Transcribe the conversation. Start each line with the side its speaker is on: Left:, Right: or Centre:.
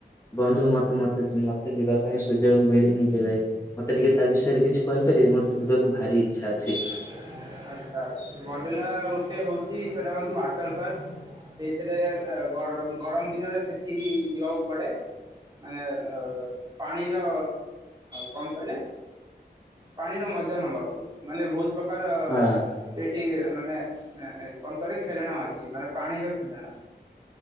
Left: ବନ୍ଧୁ ମତେ ମତେ ମତେ ଯିବା ପାଇଁ ସୁଯୋଗ ମିଳିନି କେବେ ମତେ ଟିକେ ତା ବିଷୟରେ କିଛି
Right: ହ
Left: କହିପାରିବେ ମତେ
Right: <unintelligible>
Left: ଯିବାକୁ ଭାରି ଇଚ୍ଛା ଅଛି।
Right: ଆଚ୍ଛା ବଣ୍ଡେିଲା ଗୋଟେ ହଉଛି ସେଟା ହଉଛି ୱାଟର ପାର୍କ। ସେଇଥିରେ ଗରମ ଗରମ ଦିନରେ ସେଠି ଯିବାକୁ ପଡେ। ମାନେ ଅ ପାଣିର କଣ କହିଲେ ପାଣିର ମଜା ନବାକୁ ମାନେ ବହୁତ ପ୍ରକାର
Left: ହଁ
Right: ଏଠି ମାନେ କଣ କହିବେ ଖେଳଣା ଅଛି ମାନେ ପାଣିର ଖେଳଣା।